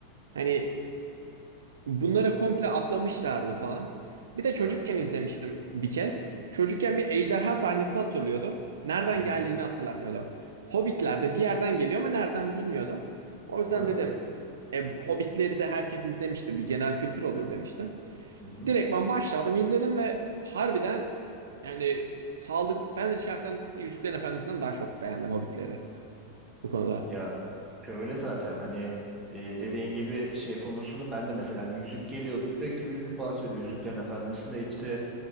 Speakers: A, on the right; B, on the right.
A: Hani Bunları komple atlamışlardı falan. Bir de çocukken
B: Evet.
A: izlemiştim bir kez. Çocukken bir ejderha sahnesi hatırlıyordu. Nereden
B: Hı-hı.
A: geldiğini hatırlamıyordum. Hobbitler'de bir yerden geliyor ama nereden bilmiyordum. O yüzden
B: Hı-hı.
A: dedim e, Hobbitleri de herkes izlemiştir Bir genel kültür olur demiştim.
B: Hı-hı.
A: Direktman başladım izledim ve harbiden yani saldık. Ben şahsen Yüzüklerin Efendisi'nden daha çok beğendim Hobbitleri bu konuda.
B: Ya öyle zaten hani e, dediğin gibi şey konusunu ben de mesela hani yüzük geliyordu sürekli bir yüzük bahsediliyor Yüzüklerin Efendisi'nde işte